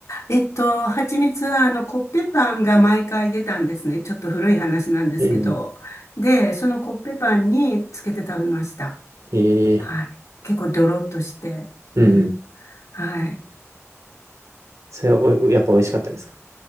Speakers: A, on the left; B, on the right.
A: えっと、蜂蜜はあのコッペパンが毎回出たんですね。ちょっと古い話なんですけど。
B: うんうん。
A: で、そのコッペパンにつけて食べました。
B: ええ、
A: はい。結構ドロッとして。
B: うんうん。
A: うん。はい。
B: それはお、やっぱ美味しかったですか